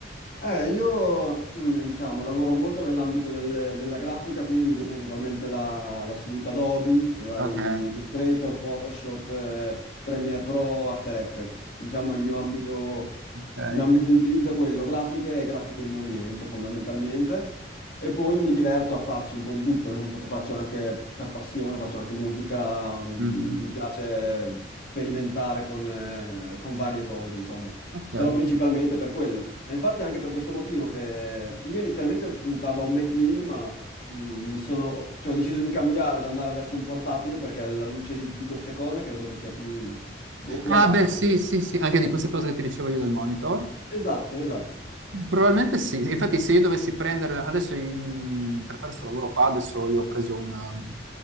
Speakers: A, on the left (about 50°); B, on the right (about 80°).
A: Eh, io, mm, diciamo, lavoro molto nell'ambito del- della grafica, quindi uso principalmente la, la suite Adobe, i vari
B: Ok,
A: Illustrator, Photoshop, eh, Premiere Pro, After Effects. Diciamo, il mio ambito,
B: ok,
A: il mio ambito di utilizzo è quello, grafiche e grafiche in movimento, fondamentalmente. E poi mi diverto a farci un po' di tutto, nel senso che faccio anche per passione, faccio anche musica, mm,
B: Mhm.
A: mi piace sperimentare con eh, con varie cose, insomma
B: ok.
A: però principalmente per quello. E infatti anche per questo motivo che io inizialmente puntavo a un Mac mini, ma mh, mi sono, cioè, ho deciso di cambiare, ad andare verso un portatile perché alla luce di, di queste cose credo che sia più, boh, più
B: Ah
A: adatto.
B: beh sì,
A: forse.
B: sì, sì, anche di queste cose che ti dicevo io del monitor.
A: Esatto, esatto.
B: Probabilmente sì, infatti se io dovessi prendere, adesso mm, per fare questo lavoro qua, adesso io ho preso un, um,